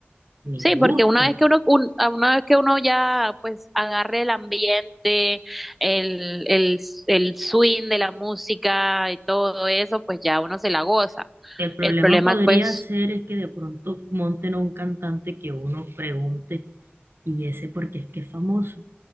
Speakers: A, on the right (about 65°); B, in the centre.
A: a mí
B: Sí,
A: me
B: porque
A: gusta.
B: una vez que uno, un- a una vez que uno ya pues agarre el ambiente, el, el, el swing de la música y todo eso, pues ya uno se la goza.
A: El problema
B: El problema
A: podría
B: pues
A: ser es que de pronto monten a un cantante que uno pregunte y ese porque es que es famoso